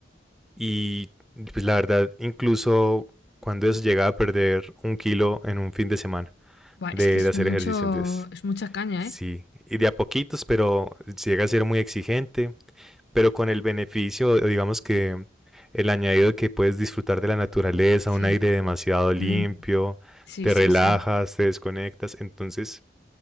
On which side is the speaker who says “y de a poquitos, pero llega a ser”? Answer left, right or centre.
Centre